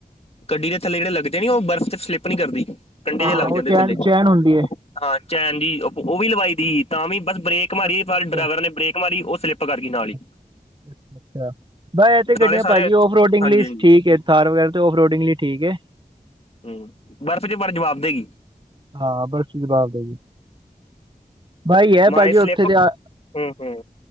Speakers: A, on the left (about 40°); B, on the right (about 30°).
A: ਗੱਡੀ ਦੇ ਥੱਲੇ ਜਿਹੜੇ ਲੱਗਦੇ ਨੀ, ਉਹ ਬਰਫ਼ ਤੇ ਸਲਿੱਪ ਨੀ ਕਰਦੀ, ਕੰਢੇ
B: ਹਾਂ
A: ਜਹੇ ਲੱਗ
B: ਉਹ
A: ਜਾਂਦੇ
B: ਚੈਨ
A: ਥੱਲੇ।
B: ਚੈਨ ਹੁੰਦੀ ਹੈ
A: ਹਾਂ ਚੈਨ ਜੀ, ਉਹ ਵੀ ਲਵਾਈ ਦੀ ਹੀ, ਤਾਂ ਵੀ ਬਸ ਬ੍ਰੇਕ ਮਾਰੀ
B: ਅੱਛਾ
A: ਪਰ
B: ਅੱਛਾ
A: ਡਰਾਈਵਰ ਨੇ ਬ੍ਰੇਕ ਮਾਰੀ ਉਹ ਸਲਿੱਪ ਸਲਿੱਪ ਕਰ ਗਈ ਨਾਲ ਹੀ।
B: ਅੱ <inaudible> ਅੱਛਾ, ਬਾ ਇਹ ਤੇ ਗੱਡੀਆਂ
A: ਨਾਲੇ ਸਾਰੇ
B: ਭਾਜੀ ਔਫਰੋਡਿੰਗ
A: ਹਾਂਜੀ-ਹਾਂਜੀ
B: ਲਈ ਠੀਕ ਐ, ਥਾਹਰ ਵਗੈਰਾ ਤੇ ਔਫਰੋਡਿੰਗ ਲਈ ਠੀਕ ਐ।
A: ਹੂੰ, ਬਰਫ਼ ਚ ਪਰ ਜਵਾਬ ਦੇਗੀ।
B: ਹਾਂ ਬਰਸ਼ ਚ ਜਵਾਬ ਦੇ ਗਈ ਬਾਈ ਇਹ ਹੀ ਐ,
A: ਮੈਂ
B: ਭਾਜੀ
A: ਇਸ
B: ਉੱਥੇ
A: ਸਲਿੱਪ
B: ਦੇ ਆ,
A: ਹੂੰ ਹੂੰ